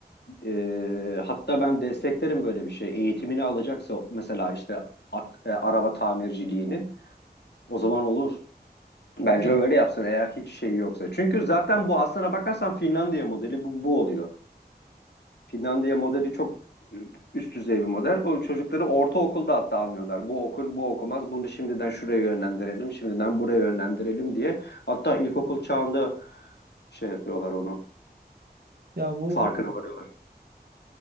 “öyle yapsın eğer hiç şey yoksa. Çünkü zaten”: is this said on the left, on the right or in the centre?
Left